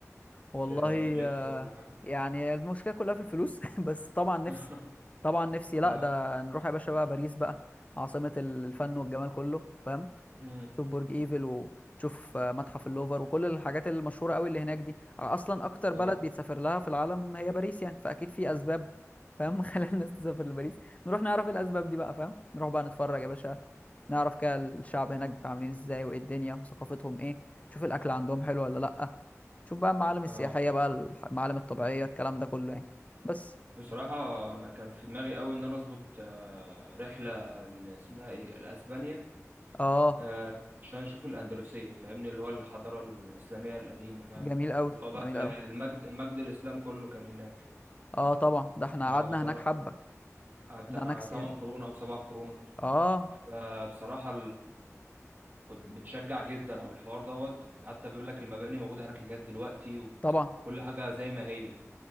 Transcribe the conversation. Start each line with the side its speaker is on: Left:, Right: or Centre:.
Left: والله
Right: تلف
Left: آه
Right: ولا حاجة
Left: يعني المشكله كلها في الفلوس <laughs> بس طبعا نفسي
Right: <laughs>
Left: طبعا نفسي
Right: اه
Left: لا ده نروح يا باشا بقى باريس بقى عاصمه الفن والجمال كله فاهم
Right: امم
Left: تشوف برج ايفل وتشوف آه، متحف اللوفر وكل الحاجات المشهوره قوي اللي هناك دي اصلا اكتر بلد
Right: اه
Left: بيتسافر لها في العالم هي باريس يعني فاكيد في اسباب فاهم <laughs> خلال الناس تسافر لباريس نروح نعرف إيه الاسباب دي بقى فاهم نروح بقى نتفرج يا باشا نعرف كده الشعب هناك عاملين ازاي وايه الدنيا وثقافتهم ايه تشوف الاكل عندهم حلو ولا لا تشوف بقى المعالم السياحيه
Right: اه
Left: بقى الح- المعالم الطبيعيه الكلام ده كله يعني بس
Right: بصراحة انا كان في دماغي قوي ان انا اظبط آه، رحلة اللي اسمها ايه لاسبانيا
Left: اه
Right: آه، عشان اشوف الاندلسية فاهمني اللي هو الحضارة الاسلامية القديمة فاهم
Left: جميل قوي
Right: اللي هو بقى
Left: جميل
Right: المجد
Left: قوي
Right: المجد الاسلام كله كان هناك
Left: اه طبعا ده احنا
Right: آه،
Left: قعدنا
Right: بصراحة
Left: هناك حبه
Right: آه، بتاع
Left: ده هناك سي...
Right: 8 قرون او 7 قرون
Left: اه
Right: فبصراحة كنت متشجع جدا على الحوار دوت حتى بيقول لك المباني موجودة هناك لغاية دلوقتي وكل
Left: طبعا
Right: حاجة زي ما هي